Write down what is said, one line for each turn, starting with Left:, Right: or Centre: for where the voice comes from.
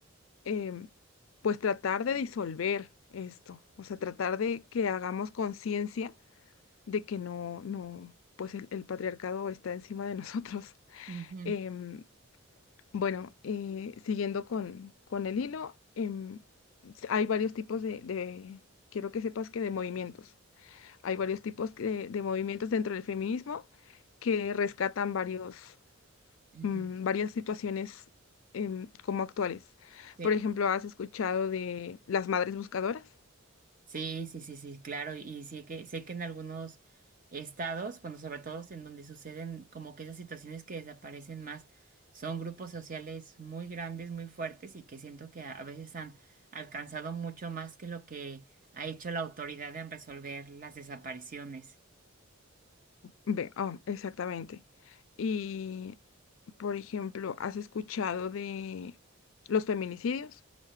Left: em, pues tratar de disolver esto, o sea, tratar de que hagamos conciencia de que no, no, pues el, el patriarcado está encima de <laughs> nosotros.
Right: ujú,
Left: Em, bueno, eh, siguiendo con, con el hilo, em, s- hay varios tipos de, de- quiero que sepas que de movimientos. Hay varios tipos que- de, movimientos dentro del feminismo que rescatan varios
Right: ujú.
Left: mm, varias situaciones em, como actuales.
Right: Sí,
Left: Por ejemplo, ¿has escuchado de las madres buscadoras?
Right: sí, sí, sí, sí, claro. Y sí que sé que en algunos estados, bueno, sobre todo en donde suceden como que esas situaciones que desaparecen más, son grupos sociales muy grandes, muy fuertes y que siento que a, a veces han alcanzado mucho más que lo que ha hecho la autoridad en resolver las desapariciones.
Left: Ve, oh, exactamente. Y, por ejemplo, ¿has escuchado de los feminicidios?